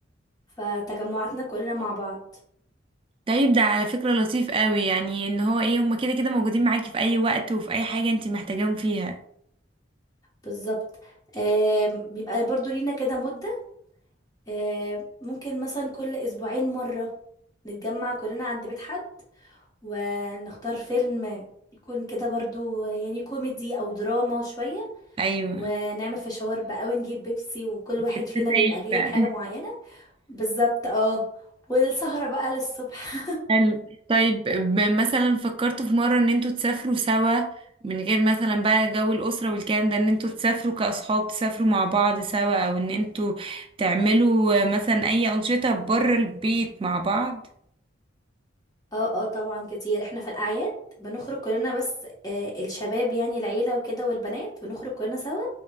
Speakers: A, on the left (about 20°); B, on the right (about 25°).
A: فتجمعاتنا كلنا مع بعض
B: طيب ده على فكرة لطيف قوي يعني ان هو ايه هما كده كده موجودين معاكي في اي وقت وفي اي حاجة انت محتاجاهم فيها
A: بالظبط آم، بيبقى برضو لينا كده مده آم، ممكن مثلا كل اسبوعين مره نتجمع كلنا عند بيت حد ونختار فيلم يكون كده برضو يعني كوميدي او دراما شوية
B: ايوه
A: ونعمل فشاور بقى ونجيب بيبسي وكل واحد
B: التسايل
A: فينا بيبقى جايب
B: بقى
A: حاجة معينة بالظبط اه والسهرة بقى للصبح
B: حلو طيب ب- مثلا فكرتوا في مرة ان انتوا تسافروا سوا من غير مثلا بقى جو الأسرة والكلام ده ان انتوا تسافروا كأصحاب تسافروا مع بعض سوا او ان انتوا تعملوا مثلا اي أنشطة بره البيت مع بعض
A: <laughs> اه اه طبعا كتير احنا في الاعياد بنخرج كلنا بس آه الشباب يعني العيلة وكده والبنات بنخرج كلنا سوا